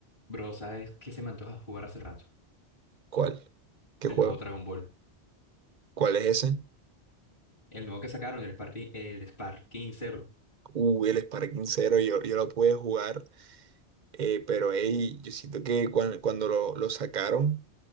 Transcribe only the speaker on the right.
¿Cuál? ¿Qué
juego?
¿Cuál es ese?
Uh, el Sparking Zero, yo, yo lo pude jugar, eh, pero ey, yo siento que cuando, cuando lo, lo sacaron,